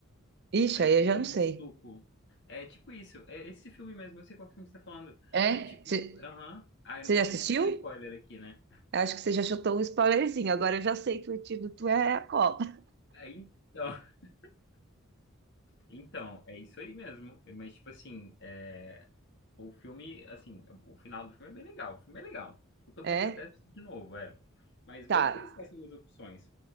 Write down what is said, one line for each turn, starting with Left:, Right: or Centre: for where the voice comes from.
Right: Ixi,
Left: Aí
Right: aí
Left: que eles
Right: eu já
Left: tomam
Right: não sei.
Left: um suco. É tipo isso. É esse filme mesmo. Eu sei qual filme você tá falando.
Right: É?
Left: Aí, tipo,
Right: Você
Left: aham. Ah, eu não posso
Right: já assistiu?
Left: nem sofrer spoiler aqui, né?
Right: Acho que você já chutou um spoilerzinho. Agora eu já sei que o antídoto é a Copa.
Left: Aí, então, <laughs> então, é isso aí mesmo. Mas, tipo assim, é, o filme, assim, o final do filme é bem legal. O filme é legal. Eu toparia
Right: É?
Left: até assistir de novo, é. Mas vamos
Right: Tá,
Left: pensar assim nas opções.